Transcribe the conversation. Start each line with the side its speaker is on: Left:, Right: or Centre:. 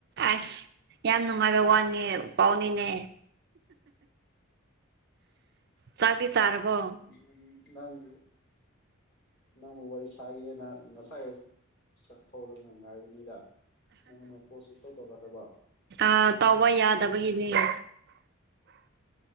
Right: ꯑꯁ ꯌꯥꯝ ꯅꯨꯡꯉꯥꯏꯕ ꯋꯥꯅꯤ ꯄꯥꯎꯅꯤꯅꯦ ꯆꯥꯛꯗꯤ ꯆꯥꯔꯕꯣ
Left: ꯎꯝ ꯅꯪꯕꯨ ꯅꯪꯕꯨ ꯋꯥꯔꯤ ꯁꯥꯒꯦꯅ ꯉꯁꯥꯏ ꯆꯥꯛ ꯊꯣꯛꯔꯒ ꯉꯥꯏꯕꯅꯤꯗ ꯅꯪꯅ ꯀꯣꯜꯁꯨꯡꯇꯧ ꯇꯧꯔꯛꯇꯕ
Right: ꯑꯥ ꯇꯧꯕ ꯌꯥꯗꯕꯒꯤꯅꯦ <unintelligible>